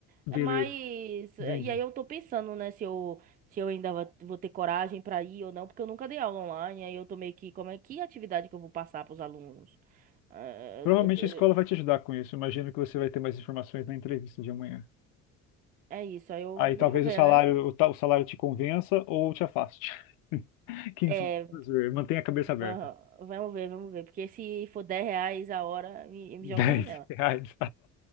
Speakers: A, on the left; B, on the right.
A: Beleza.
B: É mais.
A: Entendi.
B: E aí eu tô pensando, né, se eu, se eu ainda va- vou ter coragem para ir ou não, porque eu nunca dei aula online, aí eu tô meio que, como é que atividade que eu vou passar para os alunos? Ah,
A: Provavelmente
B: eu- eu tô-
A: a escola vai te ajudar com isso. Imagino que você vai ter mais informações na entrevista de amanhã.
B: É isso, aí eu.
A: Aí talvez
B: Vamos ver,
A: o salário,
B: né?
A: o, ta- o salário te convença ou te afaste. <laughs> Quem
B: É,
A: sabe? Vamos ver. Mantenha a cabeça
B: va-
A: aberta.
B: vamos ver, vamos ver, porque se for 10 reais a hora, me, me jogo
A: Dez
B: da janela.
A: reais.